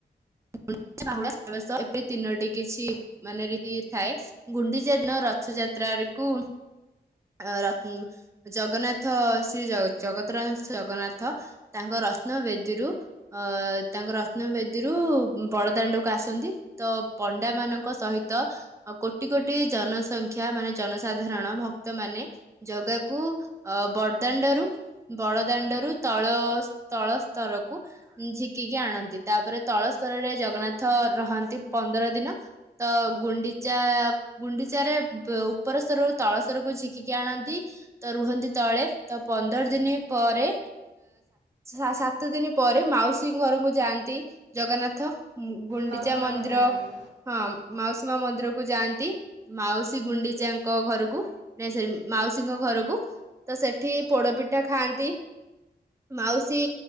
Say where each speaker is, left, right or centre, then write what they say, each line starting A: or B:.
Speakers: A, on the right; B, on the right.
A: ସୁନାବେଶ ବାହୁଡା ଏପରି ତିନୋଟି କିଛି ମାନେ ଥାଏ ଗୁଣ୍ଡିଚା ଦିନ ରଥଯାତ୍ରାକୁ ଅ ଉମ ଜଗନ୍ନାଥ ଶ୍ରୀ ଜଗତରନାଥ ଜଗନ୍ନାଥ ତାଙ୍କ ରତ୍ନ ବେଦୀରୁ ଅ ତାଙ୍କ ରତ୍ନ ବେଦୀ ରୁ ବଡଦାଣ୍ଡକୁୁ ଆସନ୍ତି, ତ ପଣ୍ଡା ମାନଙ୍କ ସହିତ କୋଟି କୋଟି ଜନସଂଖ୍ୟା ମାନେ ଜନସାଧାରଣ ଭକ୍ତ ମାନେ ଜଗାକୁ ଅ ବଡଦାଣ୍ଡରୁ ବଡଦାଣ୍ଡରୁ ତଳ ତଳ ସ୍ତରକୁ ଝିକିକି ଆଣନ୍ତି, ତାପରେ ତଳସ୍ତରରେ ଜଗନ୍ନାଥ ରହନ୍ତି ପନ୍ଦର ଦିନ, ତ ଗୁଣ୍ଡିଚା ଗୁଣ୍ଡିଚାରେ ଉପର ସ୍ତରରୁ ତଳ ସ୍ତରକୁ ଝିକିକି ଆଣନ୍ତି ତ ରୁହନ୍ତି ତଳେ, ତ ପନ୍ଦର ଦିନ ପରେ ସା-ସାତ ଦିନ ପରେ ମାଉସୀ ଘରକୁ ଯାଆନ୍ତି ଜଗନ୍ନାଥ। ହୁଁ ଗୁଣ୍ଡିଚା
B: ମାଉସୀ ମା
A: ମନ୍ଦିର
B: ଯାଆନ୍ତି
A: ହଁ। ମାଉସୀ ମା ମନ୍ଦିରକୁ ଯାଆନ୍ତି, ମାଉସୀ ଗୁଣ୍ଡିଚାଙ୍କ ଘରକୁ ନେଇ ସେ ମାଉସୀଙ୍କ ଘରକୁ ତ ସେଠି ପୋଡପିଠା ଖାଆନ୍ତି, ମାଉସୀ